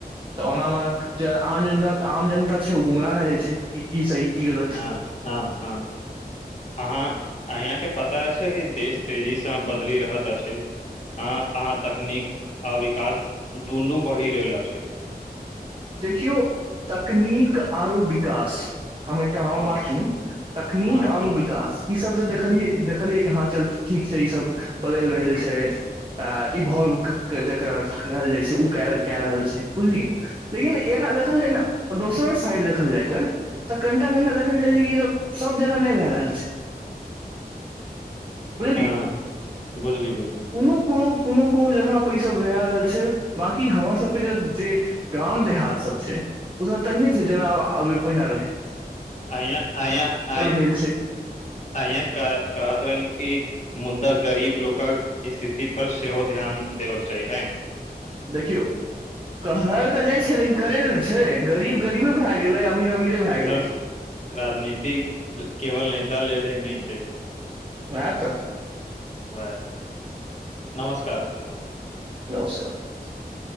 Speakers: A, on the right (about 30°); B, on the left (about 45°).
A: ओना मे जे आम जेनरल आम जनता छै ओ गुमराह भ जाय छैय की सही की गलत
B: अं हँ हँ अहाँ अंया के पता छैय की देश तेजी से बदली रहैत अछि आँ अहाँ तकनीक अ विकास दुनु वढ़ी रहैला छैय
A: देखियो त नीक आरो विकास हम एकटा हम
B: हँ
A: बात सुनु तकनीक
B: हँ
A: आरों
B: सुनू
A: विकास ई सब त देखलिय देखलिय कि हाँ चल ठीक छैय इ सब बदैल रहल छैय आ इ भोलव जेकर कहल जाइ छैय उ कै रहल छैय बुझलिहीं एकरा देखल जाय ने दोसर सँ हाइट देखल जाय एकर कनिटा कनिटा देखल जाय ई सभ सब जेना नै भए रहल छैय बुझलिए
B: हँ बुझली बुझली
A: कोनो कोनो कोनो कोनो जगह पर इ सब भय रहल छैय बाकि हमर सब के जे गांव देहात सब छैय उ सब तेहने छैय जेना पहिले रहैय
B: अंया अंया अंया
A: भेल छै
B: अंय कहत कह रहलीं इ मुद्दा गरीब लोगक स्थिति पर सेहो ध्यान देबे के चाही हें
A: देखियो कहल त जाय छैय लेकिन करै नै ने छैय गरीब गरीबे भाए गेलैय अमीर अमीरे भए गेलै
B: त राजनीति केवल कह लेले नै छैय
A: वहाए त
B: वाएह नमस्कार नमस्कार
A: नमस्कार नमस्कार